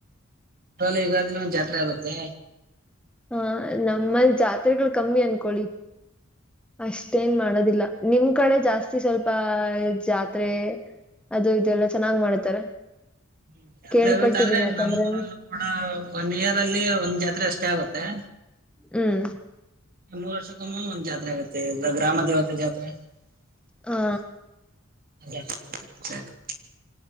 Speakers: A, on the right; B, in the centre.
A: ಅಲ್ಲೆ ಯುಗಾದಿನೂ ಒಂದ್ ಜಾತ್ರೆ ಆಗುತ್ತೆ.
B: ಹಾ ನಮ್ಮಲ್ಲಿ ಜಾತ್ರೆಗಳು ಕಮ್ಮಿ ಅನ್ಕೊಳ್ಳಿ. ಅಷ್ಟೇನ್ ಮಾಡೋದಿಲ್ಲ ನಿಮ್ ಕಡೆ ಜಾಸ್ತಿ ಸ್ವಲ್ಪ ಜಾತ್ರೆ ಅದು ಇದೆಲ್ಲ ಚೆನ್ನಾಗ್ ಮಾಡ್ತಾರೆ.
A: ಹ್ಮ್ ಜಾತ್ರೆ
B: ಕೇಳ್ಪಟ್ಟಿದ್ದೀನಿ
A: ಆಗುತ್ತೆ ಆದ್ರೆ
B: ಯಾಕಂದ್ರೆ
A: ನಮ್ಮೂರಲ್ಲೂ ಕೂಡ ಒನ್ ಇಯರ್ ಅಲ್ಲಿ ಒಂದ್ ಜಾತ್ರೆ ಅಷ್ಟೇ ಆಗುತ್ತೆ.
B: ಹ್ಮ್
A: ಮೂರು ವರ್ಷಕ್ಕೊಮ್ಮೆ ಒಂದು ಜಾತ್ರೆ ಆಗುತ್ತೆ ಗ್ರಾಮ ದೇವತೆ ಜಾತ್ರೆ. ಅ
B: ಹಾ
A: <unintelligible>